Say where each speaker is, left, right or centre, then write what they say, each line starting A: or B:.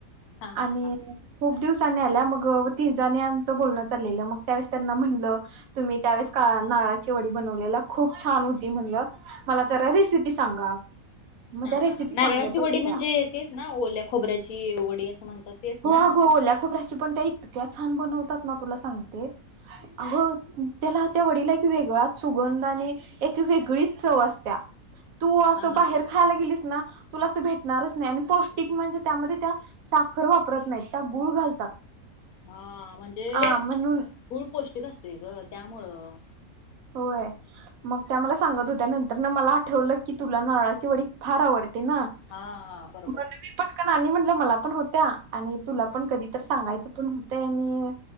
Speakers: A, on the left; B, on the right.
A: हा हा
B: आणि
A: हा.
B: खूप दिवसानी आल्या मग ति जणी आमचं बोलण चाललेलं मग त्यावेळे त्यांना म्हणल तुम्ही त्यावेळची नारळाची वडी बनवलेल खूप छान होती म्हणल म जरा रेसिपी सांगा मग
A: हा
B: त्या
A: हा
B: रेसिपी
A: ह
B: सांगत
A: नारळाची वडी
B: होत्या
A: म्हणजे तेच ना ओल्या खोबऱ्याची वडी असं म्हणतात तेच ना
B: अगो हो ओल्या खोबऱ्याची पण त्या इतक्या छान बनवतात ना तुला सांगते अग त्याला त्या वडिला एक वेगळाच सुगंध आणि एक वेगळीच चव असते तू असं
A: हा हा
B: बाहेर
A: मला
B: खायला गेलीस ना तुला अस भेट नारच नाही आणि पौष्टिक म्हणजे त्यामध्ये त्या साखर वापरत नाहीत त्या गुळ घालतात
A: हा म्हणजे
B: हा म्हणु
A: गुळ पौष्टिक असतोय ग त्यामुळं
B: होय मग त्या मला सांगत होत नंतर मला आठवलं की तुला नारळाचे वडी फार आवडते ना
A: हा बरोबर.
B: म्हण म पटकन म्हणलं मला पण होत्या आणि तुला पण कधी तर सांगायचं पण होतंय आणि